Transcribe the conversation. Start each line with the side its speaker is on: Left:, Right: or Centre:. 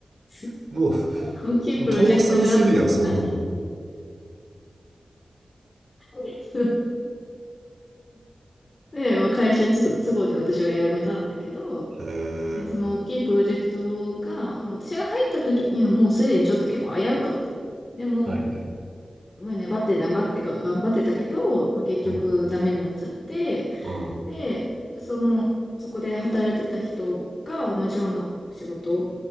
Left: <laughs>
Right: も
Left: 大きいプロジェクトがあったのか
Right: う、もう倒産するやん、そんなの。
Left: <laughs> で、まあ会社都合で私は辞めたんだけど、
Right: へえ。
Left: で、その大きいプロジェクトが、まあ、私が入った時にはもうすでにちょっと結構危うかったの。でも、
Right: はいはい。
Left: すごい粘って粘ってか頑張ってたけど、まあ、結局ダメになっちゃって、
Right: はい、うん。
Left: で、その、そこで働いてた人が同じような仕事